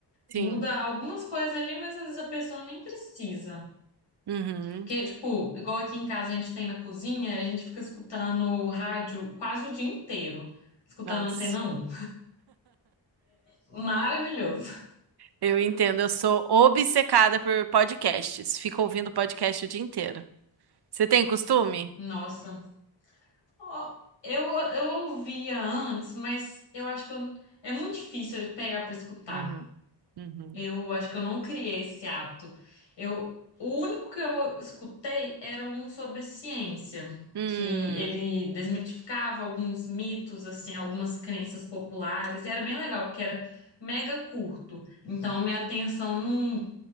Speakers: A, on the right; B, on the left.
A: Sim.
B: Muda algumas coisas ali, mas às vezes a pessoa nem precisa.
A: Uhum.
B: Porque, tipo, igual aqui em casa a gente tem na cozinha, a gente fica escutando rádio quase o dia inteiro, escutando
A: Nossa.
B: Antena um Maravilhoso.
A: Eu entendo, eu sou obcecada por podcasts. Fico ouvindo podcast o dia inteiro. Você tem costume?
B: Nossa. Ó, eu, eu ouvia antes, mas eu acho que eu, é muito difícil eu pegar pra escutar.
A: Uhum. Uhum.
B: Eu acho que eu não criei esse hábito. Eu, o único que eu escutei era um sobre ciência,
A: Hum,
B: que ele desmitificava alguns mitos, assim, algumas crenças populares, e era bem legal, porque era mega curto. Então minha atenção não